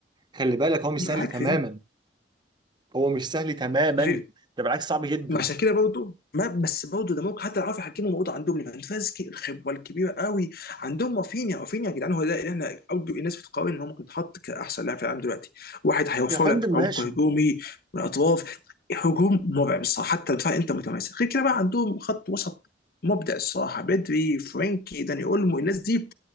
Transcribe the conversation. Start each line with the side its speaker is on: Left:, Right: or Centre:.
Right: خلي بالك هو مش
Left: معاك
Right: سهل تماما
Left: في دي
Right: هو مش سهل تماما
Left: غير
Right: ده بالعكس صعب جدا
Left: مع شاكيرا برضه ما بس برضه ده ممكن حتى لو عرفوا يحكموا الموضوع عندهم ليفاندوفسكي الخبره الكبيره قوي عندهم رافينيا رافينيا يا جدعان هو ده اللي احنا ارجو الناس بتقارن ان هو ممكن يتحط كاحسن لاعب في العالم دلوقتي واحد هيوفر
Right: يا فندم
Left: لك عمق
Right: ماشي
Left: هجومي من الاطراف هجوم مرعب الصراحه حتى الدفاع انت متماسك غير كده بقى عندهم خط وسط مبدع الصراحه بدري فرانكي داني اولمو الناس دي